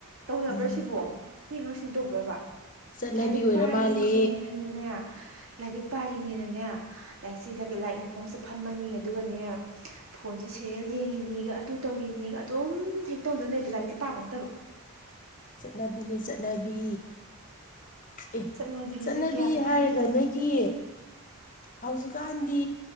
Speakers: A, on the right; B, on the left.
A: ꯇꯧꯅꯕ꯭ꯔꯥ
B: ꯎꯝ
A: ꯁꯤꯕꯣ ꯅꯣꯏꯉꯥꯡ ꯁꯨꯝ ꯇꯧꯕ꯭ꯔꯕ
B: ꯆꯠꯅꯕꯤ
A: ꯂꯥꯏꯔꯤꯛ
B: ꯑꯣꯏꯔ
A: ꯄꯥꯔꯦꯅꯦꯅ
B: ꯃꯥꯜꯂꯦ
A: ꯅꯦ ꯂꯥꯏꯔꯤꯛ ꯄꯥꯔꯤꯅꯦꯅꯅꯦ ꯂꯥꯏꯔꯤꯛꯁꯤ ꯂꯥꯏꯔꯤꯛ ꯃꯈꯣꯡꯁꯦ ꯐꯝꯃꯅꯤ ꯑꯗꯨꯒꯅꯦ ꯐꯣꯟꯁꯦ ꯁꯦꯔꯤꯌꯦꯜ ꯌꯦꯡꯉꯤꯅꯤꯒ ꯑꯗꯨ ꯇꯧꯔꯤꯅꯦꯒ ꯑꯗꯨꯝ ꯍꯦꯛ ꯇꯧꯗꯅ ꯂꯩꯕ ꯂꯥꯏꯔꯤꯛꯇꯤ ꯄꯥꯕ ꯅꯠꯇꯕ
B: ꯆꯠꯅꯕꯤꯅꯦ ꯆꯠꯅꯕꯤ ꯑꯦ
A: ꯆꯠꯅꯕꯤꯁꯦ
B: ꯆꯠꯅꯕꯤ
A: ꯒ꯭ꯌꯥꯟ ꯈꯪꯗꯦ
B: ꯍꯥꯏꯔꯒ ꯅꯣꯏꯒꯤ ꯍꯧꯖꯤꯛꯀꯥꯟꯗꯤ